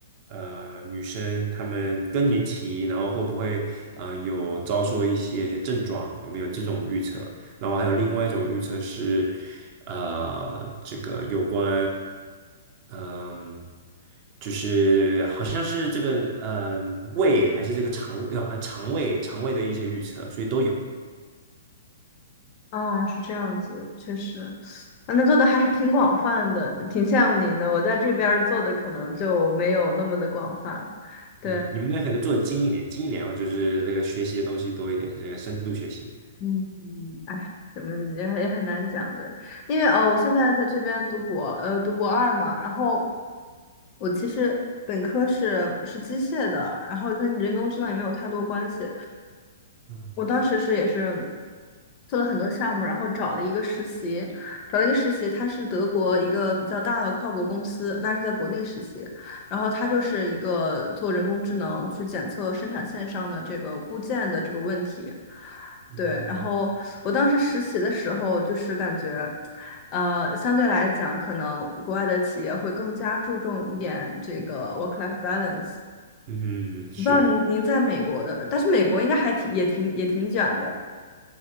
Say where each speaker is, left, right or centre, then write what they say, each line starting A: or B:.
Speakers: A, on the right; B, on the left.
A: 呃女生她们更年期，然后会不会呃有遭受一些症状，我们有这种预测。然后还有另外一种预测是呃这个有关嗯。就是好像是这个，嗯、胃还是这个肠胃，哦好像肠胃肠胃的一些预测，所以都有。
B: 啊，是这样子，确实，啊，那做的还是挺广泛的，挺羡慕您的。我在这边儿做的可能就没有那么的广泛。对。
A: 嗯，你们那可能做的精一点，精一点的话就是那个学习的东西多一点，这个深度学习。
B: 嗯，哎，怎么也也很难讲，对，因为哦，我现在在这边读博，呃，读博二嘛，然后我其实本科是是机械的，然后跟人工智能也没有太多关系。
A: 嗯
B: 我当时是也是做了很多项目，然后找了一个实习，找了一个实习，他是德国一个比较大的跨国公司，那是在国内实习，然后他就是一个做人工智能去检测生产线上的这个部件的这个问题。
A: 嗯
B: 对，然后我当时实习的时候，就是感觉，呃，相对来讲，可能国外的企业会更加注重一点这个 work-life balance。
A: 嗯哼，嗯是。
B: 我不知道您您在美国的，但是美国应该还挺也挺也挺卷的。